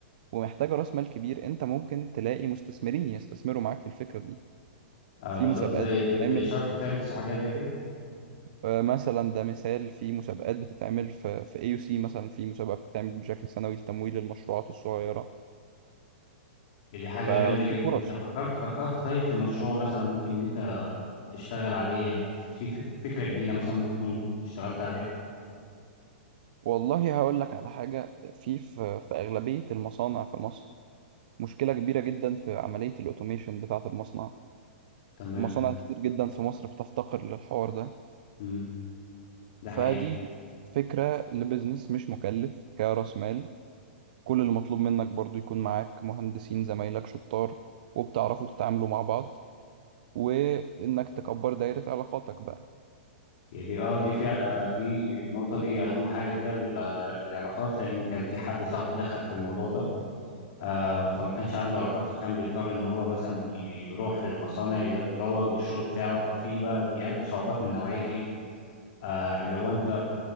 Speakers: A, on the right; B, on the left.
A: ومحتاجة راس مال كبير انت ممكن تلاقي مستثمرين يستثمروا معاك في الفكرة دي
B: آه،
A: في
B: بالظبط
A: مسابقات
B: زي
A: بتتعمل
B: زي شارك تانكس وحاجات زي كده
A: آه، مثلا ده مثال في مسابقات بتتعمل في في اي سي مثلا في مسابقة بتتعمل بشكل سنوي لتمويل المشروعات الصغيرة
B: دي حاجة
A: ففي
B: جامدة اه جدا
A: فرص
B: أنت فكرت فكرت طيب في مشروع مثلا ممكن إن أنت تشتغل عليه يعني في في فك- فكرة جديدة مثلا ممكن تكون اشتغلت عليه
A: والله هقول لك على حاجة في في في أغلبية المصانع في مصر مشكلة كبيرة جدا في عملية الأوتوميشن بتاعة المصنع
B: تمام
A: المصانع كتير جدا في مصر بتفتقر للحوار ده
B: مم. ده
A: فدي
B: حقيقي
A: فكرة لبزنس مش مكلف كرأس مال كل اللي مطلوب منك برضو يكون معاك مهندسين زمايلك شطار وبتعرفوا تتعاملوا مع بعض وإنك تكبر دايرة علاقاتك بقى
B: هي دي اه دي فيها آه دي النقطة دي أهم حاجة فيها ال- آه، العلاقات لأن كان في حد صاحبي دخل في الموضوع ده آه فما كانش عنده علاقات فكان بيضطر إن هو مثلا يروح للمصانع ي- يروج للشغل بتاعه ففي بقى بيقابل صعوبات من نوعية إيه آه اللي هو أنت